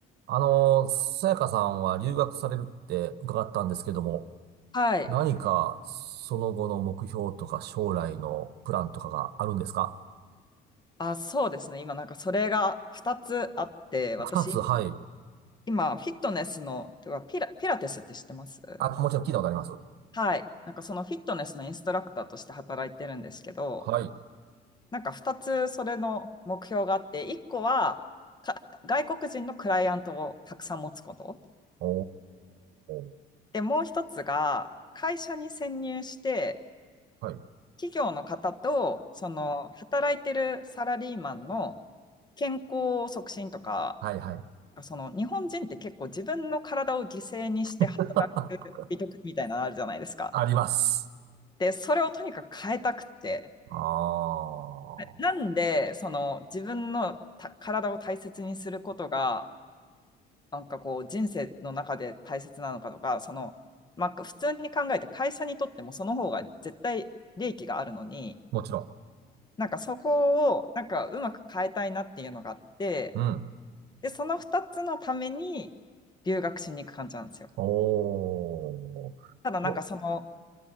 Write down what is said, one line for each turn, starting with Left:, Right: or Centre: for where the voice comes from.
Right: あの、さやかさんは留学されるって伺ったんですけども、
Left: はい。
Right: 何かその後の目標とか将来のプランとかがあるんですか
Left: あ、そうですね。今なんかそれが2つあって、私
Right: 二つ、はい。
Left: 今フィットネスの、てかピラ、ピラテスって知ってます
Right: あ、もちろん聞いたことあります。
Left: はい。なんかそのフィットネスのインストラクターとして働いてるんですけど、
Right: はい。
Left: なんか2つそれの目標があって、1個はか外国人のクライアントをたくさん持つこと。
Right: おー。
Left: で、もう1つが会社に潜入して、
Right: はい。
Left: 企業の方とその働いてるサラリーマンの健康促進とか、
Right: はいはい。
Left: その日本人って結構自分の体を犠牲にして働く美徳みたいなのあるじゃないですか。
Right: <laughs> あります。
Left: で、それをとにかく変えたくて。
Right: ああ。
Left: なんで、その自分のた体を大切にすることが、なんかこう人生の中で大切なのかとか、その、まあ普通に考えて会社にとってもその方が絶対利益があるのに、
Right: もちろ
Left: なんかそこをなんかうまく変えたいなっていうのがあって、
Right: ん。うん。
Left: で、その2つのために留学しに行く感じなんですよ。
Right: おー。
Left: ただなんかその、
Right: いや、